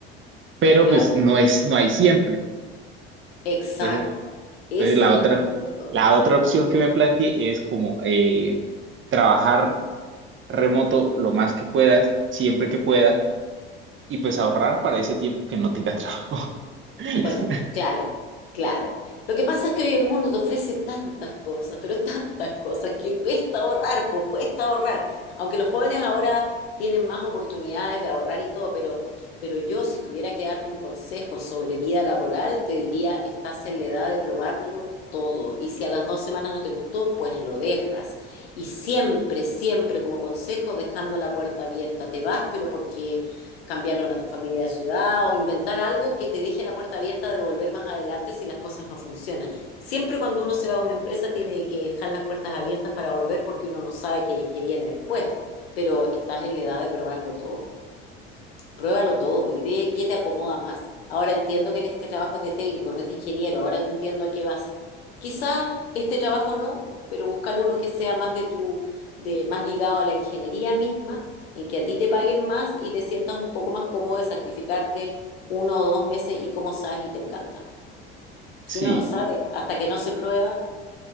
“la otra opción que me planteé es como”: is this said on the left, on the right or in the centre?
Right